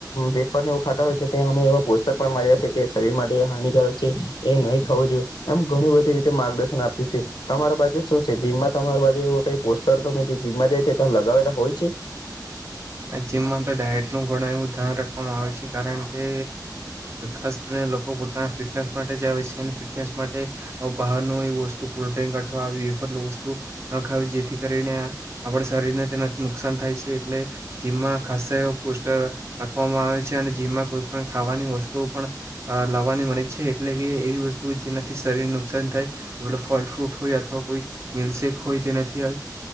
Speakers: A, on the left (about 80°); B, on the right (about 40°).
A: વેફરને ઉખાતા હોય છે ત્યાં અમે એવા પોસ્ટતર પણ માર્યા છે કે શરીર માટે હાનિકારક છે એ નહી ખવું જોઈએ એમ ઘણી બધી રીતે માર્ગદર્શન આપ્યું છે તમારા બાજુ શું છે જીમમાં તમારી બાજુ એવ કઈ પોસ્ટર તમે જે જીમમાં જાય છે એ લગાવેલા હોય છે
B: જીમમાં તો ડાયટ ન ઘણું એવું ધ્યાન રાખવામાં આવે છે કારણ કે હસ્ત લોકો પોતાના ફિટનેસ માટે જ આવે છે અને ફિટનેસ માટે બહારનું એ વસ્તુ કોલ્ડ્રિંક અઠવા એ વસ્તુ ન ખાવી જેથી કરીને આપણા શરીરને તેનાથી નુકસાન થાય છે એટલે જીમમાં ખાસ એ પોસ્ટર રાખવામાં આવે છે અને જીમમાં કોઈ પણ ખાવાની વસ્તુઓ પણ લાવવાની મળે છે એટલે કે એવી વસ્તુ જેનાથી શરીરને નુકસાન થાય આપ ફલ ફ્રૂટ હોય અથવા કોઈ મિલ્લક શેક હોય તેનાથી